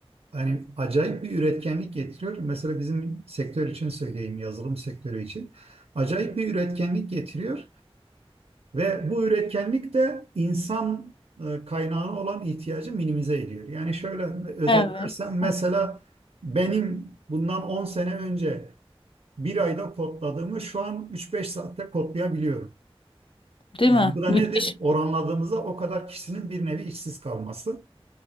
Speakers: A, on the right; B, on the left.
A: Yani acayip bir üretkenlik getiriyor. Mesela bizim sektör için söyleyeyim, yazılım sektörü için. Acayip bir üretkenlik getiriyor. Ve bu üretkenlik de insan e, kaynağına olan ihtiyacı minimize ediyor. Yani şöyle özetlersem
B: Evet.
A: mesela
B: Evet.
A: benim bundan 10 sene önce bir ayda kodladığımı şu an üç beş saatte kodlayabiliyorum. Yani
B: Değil mi?
A: bu da
B: Müthiş.
A: nedir? Oranladığımızda o kadar kişinin bir nevi işsiz kalması.